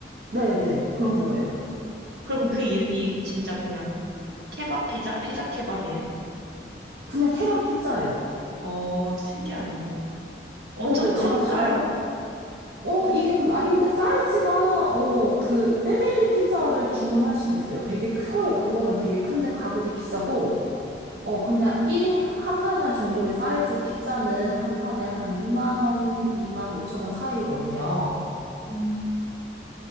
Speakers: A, on the right; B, on the right.
A: 네네. 그런 거예요.
B: 그럼 그 이름이 진짜 그냥 케밥 피자, 피자 케밥이에요?
A: 그냥 케밥 피자예요.
B: 어, 신기하네. 엄청
A: 어, 네.
B: 큰가요?
A: 제가 다른, 어, 이게, 근 아니, 근데 사이즈가, 어, 그, 패밀리 피자를 주문할 수도 있어요. 되게 커요. 그거는 되게 큰데 가격이 비싸고, 어, 그냥 1인 한 판 할 정도의 사이즈 피자는 한 판에 한 2만 원, 2만 5천 원 사이거든요.
B: 음.